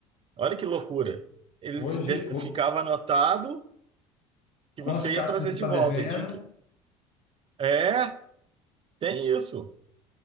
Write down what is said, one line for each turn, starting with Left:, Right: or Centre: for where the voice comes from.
Right: Olha que loucura. Ele
Left: hoje,
Right: fi- de-
Left: o-
Right: ficava anotado que
Left: quantos
Right: você
Left: cascos
Right: ia trazer
Left: você está
Right: de volta.
Left: devendo?
Right: Ele tinha que... É, tem isso.